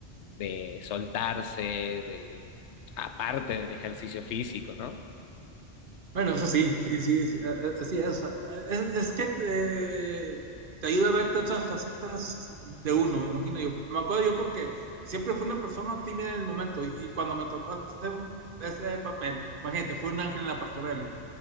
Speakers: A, on the left (about 80°); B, on the right (about 55°).
A: de soltarse, de, aparte del ejercicio físico, ¿no?
B: Bueno, eso sí, sí, sí, sí, a- a- así es. Es, es que te, te ayuda a verte otras facetas de uno, me imagino yo. Me acuerdo yo porque siempre fui una persona tímida en el momento y, y cuando me tocó hacer ese papel, imagínate, fue un ángel en la pastorela.